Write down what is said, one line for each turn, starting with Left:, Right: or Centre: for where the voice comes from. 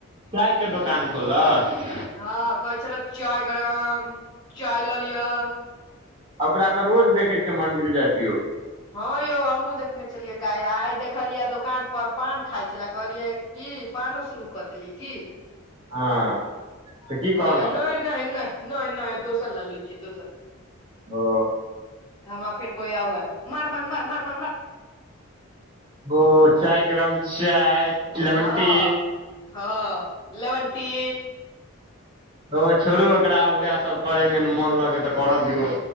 Right: चायके दोकान खोललक।
Left: हँ कहै छले चाय गरम चाय लऽ लियअ।
Right: आ ओकरा त रोज देखै छियै मंडिल जाइत यौ।
Left: हँ यौ हमहुँ देखने छलियै काइल आइ देखलियै दोकान पर पान खाय छले कहलियै की पानो शुरू क देलियै की।
Right: हँ। तऽ की
Left: त कहैये
Right: कहलक
Left: नै-नै- नै- नै- नै दोसर लए लय छी दोसर लए।
Right: ओ
Left: हमरा फेर कोहईयै ओहै मार मार मार मार मार मार।
Right: ओ चाय गरम चाय।
Left: हँअ
Right: लेमन टी
Left: हँ लेवनटी।
Right: तो छोड़ू ओकरा उहै सब करै में न मोन लगै तऽ करऽ दियौ।